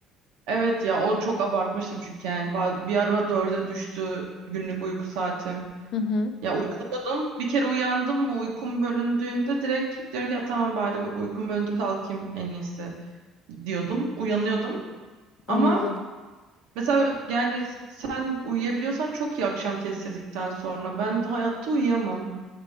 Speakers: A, on the right; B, on the left.
A: Evet ya o çok abartmıştım çünkü yani ba- bir ara dörde düştü günlük uyku saatim.
B: Hı hı,
A: Ya uyandım bir kere uyandım mı uykum bölündüğünde direkt diyorum ki ya tamam bari uykum bölündü kalkayım en iyisi diyordum. Uyanıyordum ama
B: anladım.
A: mesela yani sen uyuyabiliyorsan çok iyi akşam kestirdikten sonra ben hayatta uyuyamam.